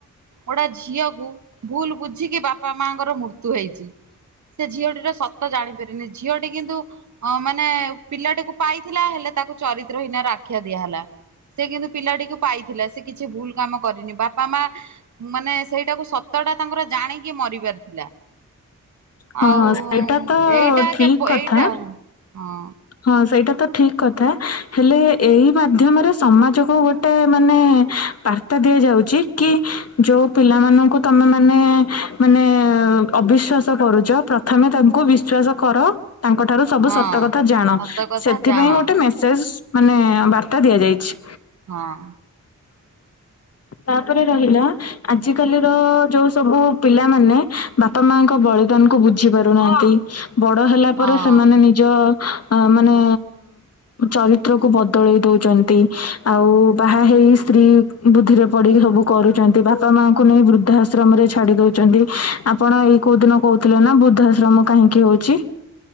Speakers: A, on the right; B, on the left.
A: ଗୋଟେ ଝିଅ ଭୁଲ ବୁଝିକି ବାପା ମାଙ୍କର ମୃତ୍ୟୁ ହେଇଛି ସେ ଝିଅଟିର ସତ ଜାଣିପାରିନି ଝିଅଟି କିନ୍ତୁ ଅ ମାନେ ପିଲାଟିକୁ ପାଇଥିଲା ହେଲେ ତାକୁ ଚରିତ୍ର ହୀନର ଆଖ୍ୟା ଦିଆହେଲା। ସେ କିନ୍ତୁ ପିଲାଟିକୁ ପାଇଥିଲା ସେ କିଛି ଭୁଲ କାମ କରିନି ବାପା ମା ମାନେ ସେଇଟାକୁ ସତଟା ତାଙ୍କର ଜାଣିକି ମରିିବାର ଥିଲା।
B: ହଁ
A: ଆଉ
B: ସେଇଟା ତ
A: ଏଇଟା
B: ଠିକ
A: କେବ
B: କଥା
A: ଏଇଟା ହଁ।
B: ହଁ ସେଇଟା ତ ଠିକ କଥା ହେଲେ ଏଇ ମାଧ୍ୟମରେ ସମାଜକୁ ଗୋଟେ ମାନେ ବା ବାର୍ତ୍ତା ଦିଆଯାଉଛି କି ଯୋଉ ପିଲାମାନଙ୍କୁ ତମେ ମାନେ ମାନେ ଅବିଶ୍ଵାସ କରୁଛ ପ୍ରଥମେ ତାଙ୍କୁ ବିଶ୍ୱାସ କର ତାଙ୍କଠାରୁ ସବୁ
A: ହଁ
B: ସତ କ ତା ଜାଣ
A: ସତ କଥା
B: ସେଥିପାଇଁ
A: ଜାଣ
B: ଗୋଟେ ମେସେଜ ମାନେ ବାର୍ତ୍ତା ଦିଆଯାଇଛି।
A: ହଁ।
B: ତାପରେ ରହିଲା ଆଜିକାଲି ର ଯୋଉ ସବୁ ପିଲାମାନେ ବାପା ମାଙ୍କ ବଳିଦାନ କୁ ବୁଝି ପାରୁନାହାନ୍ତି ବଡ ହେଲା
A: ହଁ।
B: ପରେ ସେମାନେ ନିଜ ମାନେ ଚରିତ୍ରକୁୁ ବଦଳେଇ ଦଉଛନ୍ତି ଆଉ ବାହା ହେଇ ସ୍ତ୍ରୀ ବୁଦ୍ଧିରେ ପଢିକି ସବୁ କରୁଛନ୍ତି ବାପା ମାଙ୍କୁ ନେଇ ବୃଦ୍ଧା ଆଶ୍ରମ ରେ ଛାଡି ଦଉଛନ୍ତି ଆପ୍ ଆପଣ ଏଇ କୋଉ ଦିନ କହୁଥିଲେ ନା ବୃଦ୍ଧାଶ୍ରମ କାହିଁକି ହଉଛି?